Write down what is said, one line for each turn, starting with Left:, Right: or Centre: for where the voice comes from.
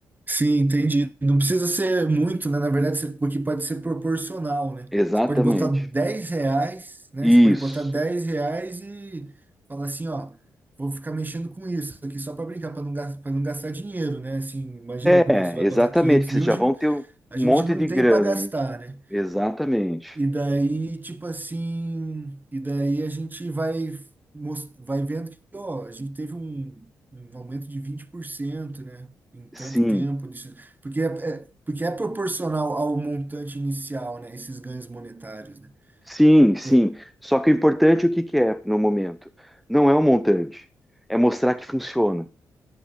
Right: sim, entendi. Não precisa ser muito, né? Na verdade, você- porque pode ser proporcional, né?
Centre: Exatamente.
Right: Você pode botar 10 reais, né?
Centre: Isso.
Right: Você pode botar 10 reais e falar assim, ó, vou ficar mexendo com isso aqui só para brincar, para não, gas- pra não gastar dinheiro, né? Assim, imagina, você
Centre: É,
Right: vai
Centre: exatamente,
Right: botar 500
Centre: que
Right: mil,
Centre: vocês já
Right: hoje
Centre: vão
Right: não-
Centre: ter um
Right: a
Centre: monte
Right: gente não
Centre: de
Right: tem
Centre: grana,
Right: para gastar,
Centre: né?
Right: né?
Centre: Exatamente.
Right: E daí, tipo assim, e daí a gente vai, mos- vai vendo que, ó, a gente teve um, um aumento de vinte por cento né? Em tanto
Centre: Sim.
Right: tempo, nisso, porque é, é- porque é proporcional ao montante inicial, né? Esses ganhos monetários, né?
Centre: Sim, sim.
Right: Por-
Centre: Só que o importante, é o que que é no momento? Não é o montante, é mostrar que funciona.